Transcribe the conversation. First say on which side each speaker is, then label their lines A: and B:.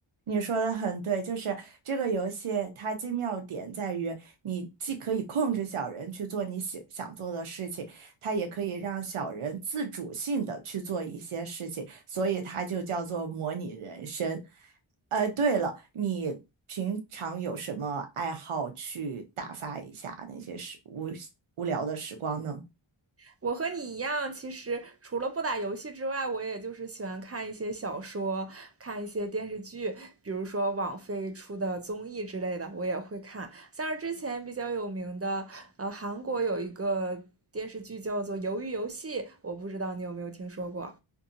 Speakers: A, on the right; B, on the right.
A: 你说的很对，就是这个游戏它精妙点在于，你既可以控制小人去做你想想做的事情，它也可以让小人自主性的去做一些事情，所以它就叫做模拟人生。呃，对了，你平常有什么爱好去打发一下那些时无无聊的时光呢？
B: 我和你一样，其实除了不打游戏之外，我也就是喜欢看一些小说，看一些电视剧，比如说网飞出的综艺之类的，我也会看。像是之前比较有名的，呃，韩国有一个电视剧叫做《鱿鱼游戏》，我不知道你有没有听说过。